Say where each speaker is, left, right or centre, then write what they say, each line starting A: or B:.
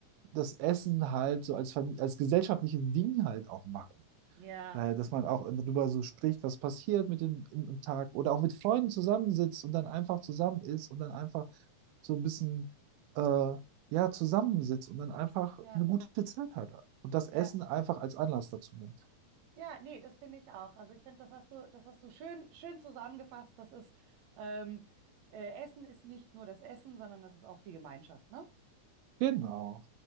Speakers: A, on the right; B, on the right.
A: das Essen halt so als Familie, als gesellschaftliches Ding halt auch machen.
B: Ja,
A: Daher, dass man auch darüber so spricht, was passiert mit dem im, im Tag oder auch mit Freunden zusammensitzt und dann einfach zusammen ist und dann einfach so ein bisschen äh, ja, zusammensitzt und dann einfach
B: ja,
A: eine gute Zeit hat und das
B: ja.
A: Essen einfach als Anlass dazu nimmt.
B: Ja, nee, das finde ich auch. Also ich finde, das hast du, das hast du schön, schön zusammengefasst. Das ist, ähm, äh, Essen ist nicht nur das Essen, sondern das ist auch die Gemeinschaft, ne?
A: Genau.